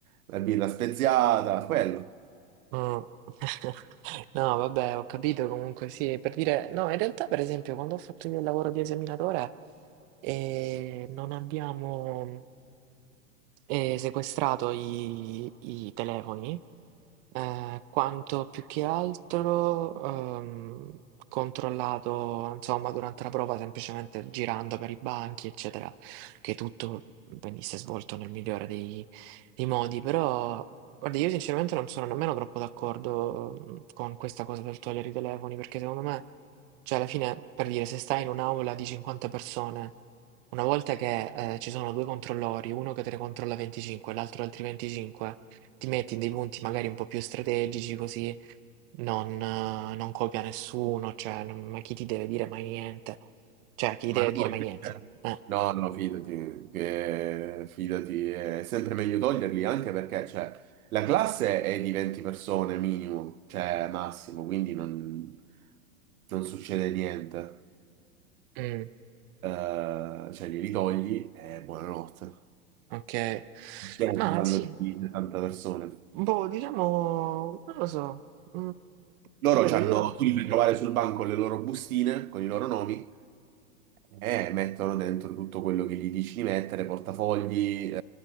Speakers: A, on the right (about 85°); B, on the right (about 45°).
A: la birra speziata, quello.
B: Mm. <laughs> No, vabbè, ho capito comunque, sì, per dire... No, in realtà, per esempio, quando ho fatto io il lavoro di esaminatore, eh, non abbiamo... e sequestrato i, i telefoni, eh, quanto più che altro ehm, controllato, insomma, durante la prova, semplicemente girando per i banchi, eccetera, che tutto venisse svolto nel migliore dei, dei modi. Però, guarda, io sinceramente non sono nemmeno troppo d'accordo mm, con questa cosa del togliere i telefoni, perché secondo me, cioè, alla fine, per dire, se stai in un'aula di 50 persone una volta che, ehm, ci sono 2 controllori, uno che te ne controlla 25 e l'altro altri 25, ti metti in dei punti magari un po' più strategici così non eh, non copia nessuno, cioè non ma chi ti deve dire mai niente? Cioè chi ti
A: Ma
B: deve dire
A: no, invece-
B: mai niente? Eh.
A: no, no, fidati, che- fidati, è sempre meglio toglierli anche perché, cioè, la classe è di 20 persone minimo, cioè massimo, quindi non, non succede niente.
B: Mh,
A: Eh, cioè, glieli togli e buonanotte.
B: okay.
A: Stiamo
B: Ma
A: parlando
B: sì,
A: di 70 persone.
B: boh, diciamo non lo so. Mhmm,
A: Loro
B: ripeto
A: c'hanno,
B: io
A: tu li fai trovare sul banco con le loro bustine, con i loro nomi, e mettono dentro tutto quello che gli dici di mettere, portafogli, eh,